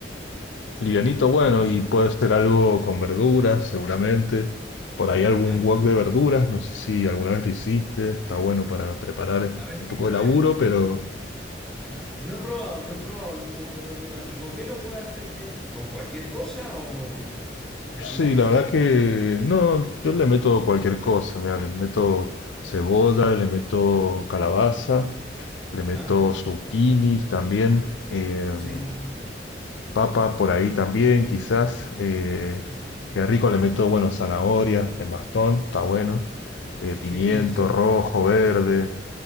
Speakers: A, on the left; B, in the centre.
A: livianito, bueno,
B: Algo así.
A: y puede ser algo con verduras, seguramente. Por ahí
B: Ajá.
A: algún wok de verduras, no sé si alguna vez lo hiciste, está bueno para preparar
B: ¿Sabés
A: un
B: que
A: poco
B: no
A: de laburo,
B: he, no-
A: pero
B: ajá. No he probado, no he probado los wok de verdura. ¿Y con qué lo puedes hacer, che? ¿Con cualquier cosa o, o tiene
A: sí,
B: que
A: la
B: ser
A: verdad
B: en...
A: que no, yo le meto cualquier cosa, mira, le meto cebolla, le meto calabaza, le
B: Ajá,
A: meto zucchinis también. eh,
B: sí,
A: papa por ahí también, quizás. Eh,
B: sí, sí.
A: que rico le meto, bueno, zanahoria en bastón, está bueno. eh, pimiento
B: Sí, y usa,
A: rojo, verde.